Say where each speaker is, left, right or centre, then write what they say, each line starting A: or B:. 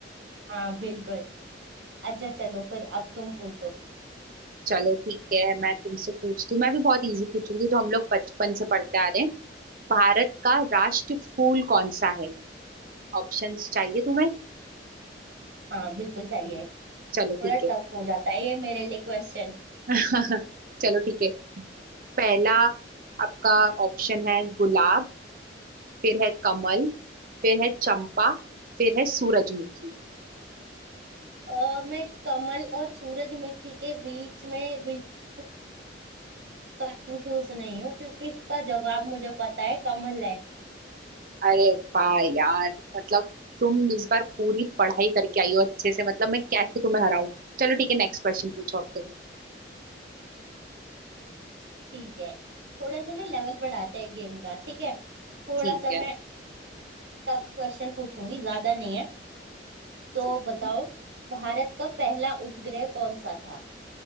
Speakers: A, on the right (about 65°); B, on the right (about 50°).
A: हाँ बिल्कुल अच्छा चलो फिर अब तुम पूछो
B: चलो ठीक है मैं तुमसे पूछती हूँ मैं भी बहुत इजी पूछूंगी जो हम लोग बचपन से पढ़ते आ रहे हैं भारत का राष्ट्र फूल कौन सा है ऑप्शंस चाहिए तुम्हें
A: हाँ बिल्कुल चाहिए
B: चलो
A: थोड़ा
B: ठीक है
A: टफ हो जाता है ये मेरे लिए क्वेश्चन
B: <laughs> चलो ठीक है पहला आपका ऑप्शन है गुलाब फिर है कमल फिर है चंपा फिर है सूरजमुखी
A: अ, मैं कमल और सूरजमुखी के बीच में बिल्कुल कंफ्यूज नहीं हूँ क्योंकि इसका जवाब मुझे पता है कमल है
B: अरे वाह यार मतलब तुम इस बार पूरी पढ़ाई करके आई हो अच्छे से मतलब मैं कैसे तुम्हें हराऊं चलो ठीक है नेक्स्ट क्वेश्चन पूछो अब तुम
A: ठीक है थोड़ा सा ना लेवल बढ़ाते हैं गेम का ठीक है थोड़ा
B: ठीक
A: सा
B: है
A: मैं टफ क्वेश्चन पूछूंगी ज्यादा नहीं है तो
B: ठीक
A: बताओ
B: है
A: भारत का पहला उपग्रह कौन सा था